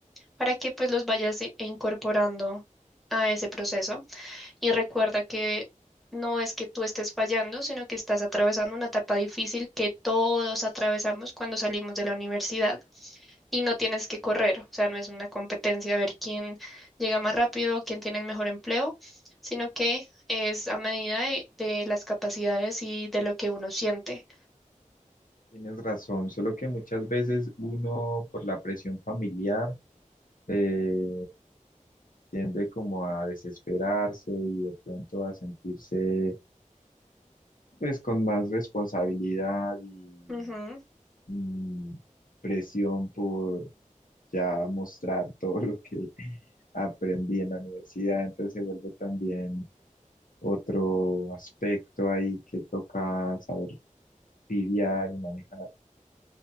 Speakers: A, in the centre; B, on the left.
A: para que pues los vayas eh, incorporando a ese proceso. Y recuerda que no es que tú estés fallando, sino que estás atravesando una etapa difícil que todos atravesamos cuando salimos de la universidad. Y no tienes que correr, o sea, no es una competencia a ver quién llega más rápido, quién tiene el mejor empleo, sino que es a medida de, de las capacidades y de lo que uno siente.
B: Tienes razón, solo que muchas veces uno por la presión familiar eh, tiende como a desesperarse y de pronto a sentirse pues con más responsabilidad y
A: Ujú.
B: mm, presión por ya mostrar <laughs> todo lo que <laughs> aprendí en la universidad, entonces se vuelve también otro aspecto ahí que toca saber lidiar y manejar.